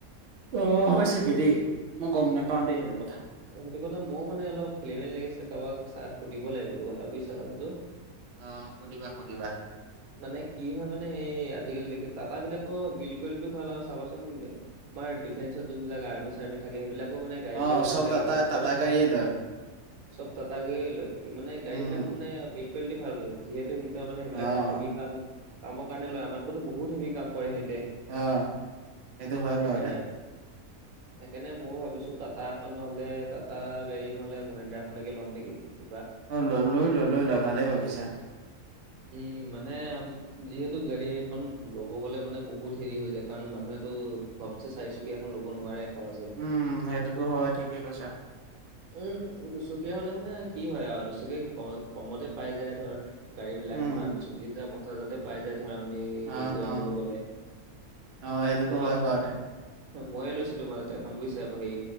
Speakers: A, on the right; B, on the right.
A: অ হয় চাগে দেই? মই গ'ম নোপাও দেই সেইটো কথা?
B: সেইটো কথাত ময়ো মানে অলপ খেলি মেলি লাগিছিলে কাৰোবাক চাক সুধিব লাগিব এইটো কথা বুজিছা কথাটো?
A: অ, সুধিবা সুধিবা?
B: <inaudible> মানে কি হয় মানে এই আজিকালি দেখি টাটা বিলাকৰ বিল কোৱালিটিতো ভাল আৰু চাবাচোন, আমাৰ ডিফেন্সত যোনবিলাক আৰ্মি চাৰ্মি থাকে সেইবিলাকো মানে গাড়ীবিলাক
A: অ',
B: যোনবিলাক
A: চব টাটা,
B: ইউজ
A: টাটা
B: কৰে।
A: গাড়ীয়ে লয়
B: চব টাটা গাড়ীয়ে লয় কি মানে গাড়ী
A: উম,
B: বিলাক মানে বিলকুৱালিটি ভালতো। যিহেতু সিহঁতে মানে সেইবিলাক
A: অ',
B: হেভি কাম কামৰ কাৰণে লয় আমাকতো বহুত হেভি কাম কৰে সিহঁতে।
A: অঁ! সেইটো হয়
B: সেইকাৰণে
A: বাৰু দে।
B: সেইকাৰণে ময়ো ভাবিছোঁ তো টাটা এখন নহ'লে টাটা গাড়ী নহ'লে মহিন্দ্ৰা এখনকে ল'ম নেকি কিবা।
A: অঁ! লৈ লোৱা লৈ লোৱা ভালে ভাবিছা।
B: উম! মানে যিহেতু গাড়ী এখন ল'ব গ'লে মানে বহুত হেৰি হৈ যায় কাৰণ মানুহেতো ঘপচে চাৰি চুকীয়া এখন ল'ব নোৱাৰে সহজে।
A: উম! সেইটোতো হয় ঠিকে কৈছা।
B: উম! দুচুকীয়া হ'লে মানে কি হয় আৰু দুচুকীয়া কমতে পাই যায় ধৰ। গাড়ী বিলাক
A: উম,
B: কিমান চল্লিছ হাজাৰ, পঞ্চাশ হাজাৰতে পাই যায়। ধৰ আমি হেৰিকৈ
A: অ',
B: আনিব
A: অ'।
B: গ'লে
A: অ সেইটোতো
B: মই
A: হয় বাৰুতে
B: মইয়ে লৈছিলো মাজতে এখন বুইছা হেৰি